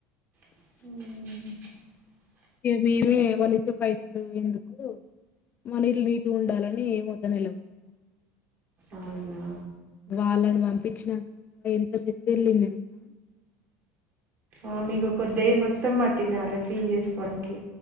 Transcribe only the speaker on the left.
మేమే వాళ్ళు ఇచ్చే పైసలు ఎందుకు మన ఇళ్ళు నీటి ఉండాలని ఏమీ వద్దని ఎల్లగొట్టినం
వాళ్ళని పంపించినా కాక ఎంత చెతిళ్ళి నిలుసా